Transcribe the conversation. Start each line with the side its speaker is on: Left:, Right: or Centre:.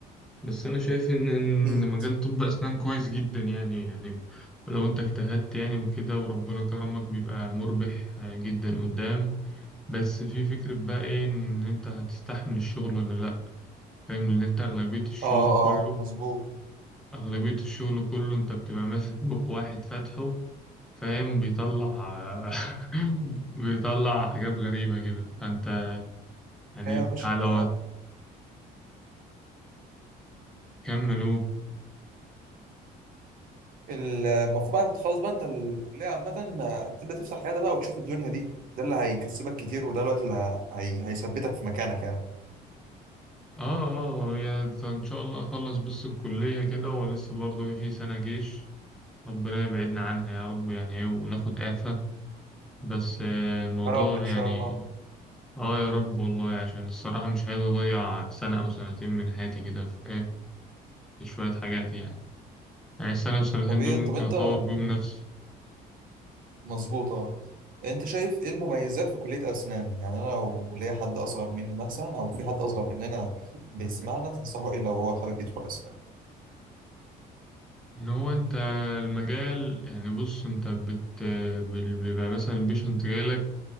Centre: بس انا شايف ان إن
Right: اكيد
Centre: مجال طب اسنان كويس جدا يعني يعني ولو انت اجتهدت يعني وكده وربنا كرمك بيبقى مربح آه، جدا قدام بس في فكرة بقى إيه إن أنت هتستحمل الشغل ولا لأ فاهم إن أنت أغلبية الشغل
Right: اه اه
Centre: كله
Right: مظبوط
Centre: أغلبية الشغل كله أنت بتبقى ماسك بق واحد فاتحه فاهم بيطلع <laughs> بيطلع حاجات غريبة كده فأنت يعني
Right: ايوه يا باشا
Centre: لو
Right: انت
Centre: هتكمل أهو
Right: المفروض بعد ما تخلص بقى انت الكليه عامه آه، تبدا تفتح عياده بقى وتشوف الدنيا دي ده اللي هيكسبك كتير وده الوقت اللي ه- هي... هيثبتك في مكانك يعني
Centre: آه آه هي إن شاء الله أخلص بس الكلية كده ولسه برضه إيه في سنة جيش ربنا يبعدنا عنها يا رب يعني إيه وناخد إعفاء بس آه، الموضوع
Right: يا رب ان شاء
Centre: يعني
Right: الله
Centre: اه يا رب والله عشان الصراحة مش عايز أضيع سنة أو سنتين من حياتي كده في إيه في شوية حاجات يعني يعني السنة والسنتين
Right: طب ايه
Centre: دول ممكن
Right: طب انت
Centre: أطور بيهم نفسي
Right: مظبوط اه انت شايف ايه المميزات في كليه اسنان يعني انا لو ليا حد اصغر مني مثلا او في حد اصغر مننا بيسمعنا تنصحه ايه لو هو حابب يدخل اسنان
Centre: إن هو أنت المجال يعني بص أنت بت بال- بيبقى مثلا البيشنت جايلك